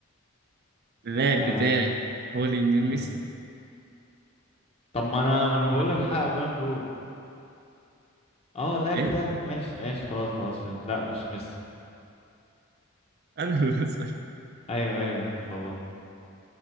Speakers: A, on the right (about 45°); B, on the left (about 30°).
A: اللاعب
B: آه
A: بتاعي هو ليونيل
B: آه.
A: ميسي
B: طب ما انا ما انا بقول لك حقق بالون دور اه اللاعب
A: ايه
B: بتاعك ماشي ماشي خلاص خلاص فهمت لا مش ميسي
A: <laughs> انا اللي بسأل
B: ايوه ايوه اتلخبطت